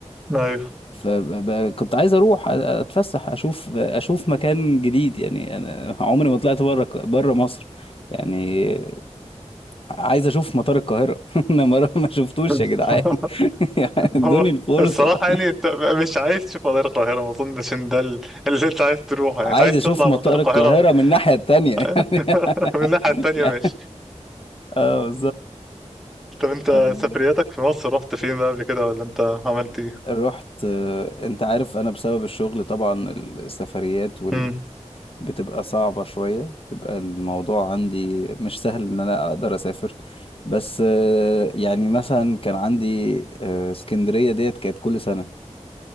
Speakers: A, in the centre; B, on the left (about 50°).
A: أيوه
B: فكنت عايز اروح أ- اتفسح اشوف اشوف مكان جديد يعني انا عمري ما طلعت بره بره مصر يعني عايز اشوف مطار القاهرة <laughs> انا ما ما شفتوش
A: <laughs>
B: يا جدعان <laughs> يعني ادوني
A: هو
B: الفرصة
A: الصراحة يعني انت مش عايز تشوف مطار القاهرة ما اظنش ان ده ال- اللي انت عايز تروحه يعني
B: عايز
A: انت عايز
B: اشوف
A: تطلع
B: مطار
A: مطار القاهرة
B: القاهرة من الناحية التانية
A: <laughs>
B: <laughs>
A: من الناحية التانية
B: يعني
A: ماشي
B: اه
A: طب انت
B: بالظبط
A: سفرياتك في مصر رحت فين بقى قبل كده ولا انت عملت ايه؟
B: رحت آه، انت عارف انا بسبب الشغل طبعا السفريات وال...
A: مم.
B: بتبقى صعبة شوية بيبقى الموضوع عندي مش سهل ان انا اقدر اسافر بس آه، يعني مثلا كان عندي آه، اسكندرية ديت كانت كل سنة